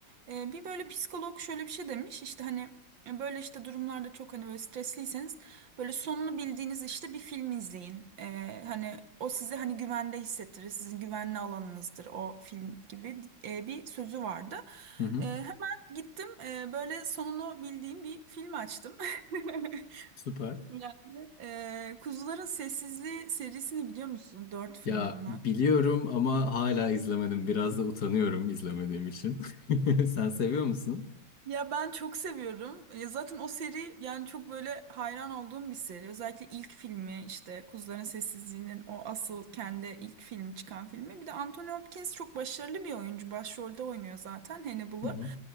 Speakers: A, on the right (about 70°); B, on the left (about 55°).
A: Ee, bir böyle psikolog şöyle bir şey demiş işte hani e, böyle işte durumlarda çok hani böyle stresliyseniz böyle sonunu bildiğiniz işte bir film izleyin. Ee, hani o sizi hani güvende hissettirir. Sizin güvenli alanınızdır o film gibi e, bir sözü vardı.
B: Hı hı.
A: Ee, hemen gittim e, böyle sonunu bildiğim bir film açtım. <laughs>
B: Süper.
A: Yani e, Kuzuların Sessizliği serisini biliyor musun? Dört film
B: Ya
A: onunla.
B: biliyorum ama hala izlemedim. Biraz da utanıyorum izlemediğim için. <laughs> Sen seviyor musun?
A: Ya ben çok seviyorum. Ya zaten o seri yani çok böyle hayran olduğum bir seri. Özellikle ilk filmi işte Kuzuların Sessizliği'nin o asıl kendi ilk filmi çıkan filmi. Bir de Anthony Hopkins çok başarılı bir oyuncu. Başrolde oynuyor zaten Hannibal'ı.
B: Hı hı.